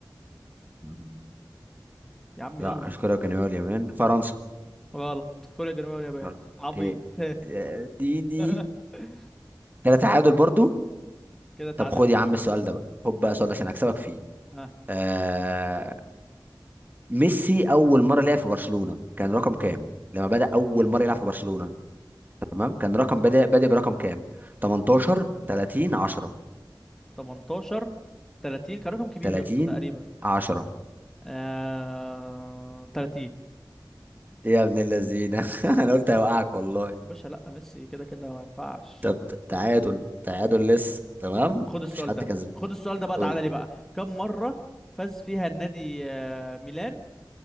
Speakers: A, on the right; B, in the centre.
A: مم.
B: يا عم
A: لا
B: يلا
A: مش كوريا الجنوبية واليابان فرنسا
B: غلط كوريا الجنوبية واليابان
A: لا.
B: عبيط
A: ايه
B: ها
A: اديني
B: <laughs>
A: كده تعادل برضو
B: كده تعادل
A: طب خد
B: يا باشا
A: يا عم السؤال ده بقى خد بقى
B: ها
A: السؤال ده عشان اكسبك فيه
B: ها
A: آه... ميسي اول مره لعب في برشلونه كان رقم كام لما بدأ اول مره يلعب في برشلونه تمام كان رقم بدأ بادئ برقم كام 18 30 10
B: 18 30 كان رقم كبير
A: 30
B: يا اسطى تقريبا
A: 10
B: آه... 30
A: يا ابن اللذينه <laughs> انا قلت هيوقعك والله
B: باشا لا ميسي كده كده ما ينفعش
A: طب تعادل تعادل لسه تمام
B: خد
A: مفيش
B: السؤال
A: حد
B: ده
A: كسبان
B: خد السؤال ده بقى
A: قول
B: تعالى لي بقى كم مرة فاز فيها النادي آه، ميلان